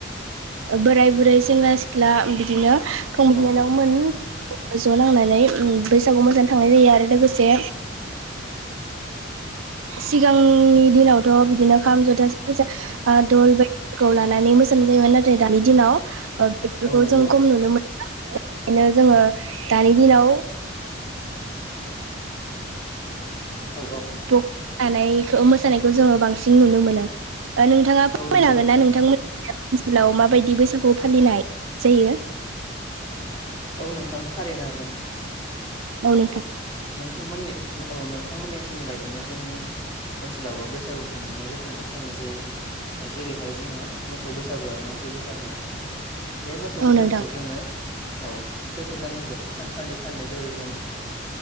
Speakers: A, on the right; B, on the left.
A: बोराय बुरै सेंग्रा सिख्ला बिदिनो फं
B: औ
A: बिनानावमोन
B: औ
A: ज' नांनानै बैसागु मोजानो थांनाय जायो आरो लोगोसे सिगांनि दिनावथ' बिदिनो खाम जथासे धल बायदिफोरखौ लानानै मोसानाय जायोमोन नाथाय दानि दिनाव बेफोरखौ
B: औ नंगौ
A: जों खम नुनो मोना ओखायनो जोङो
B: औ
A: दानि दिनाव
B: औ
A: <unintelligible> नानै खो मोसानायखौ जोङो बांसिन नुनो मोनो नोंथाङा फोरमायनो
B: औ नंगौ
A: हागोन
B: नोंथां
A: ना नोंथांमोन माबायदि बैसागु फालिनाय जायो
B: औ नोंथां थारैनो हागोन
A: औ नोंथां
B: नोंथांमोननि औ नोंथांमोननि ओनसोलनि बायदिनो जोंनि ओनसोलावबो बैसागुखौ मोननै रोखोमै फालिनाय जायो जेरैहाय जोङो मोसौ बैसागु आरो मान सि बैसागु बे मोसौ
A: औ
B: बैसागुखौ
A: नोंथां
B: जोङो औ सैथ दाननि जोबथा सानखालि फालिनाय जायो जों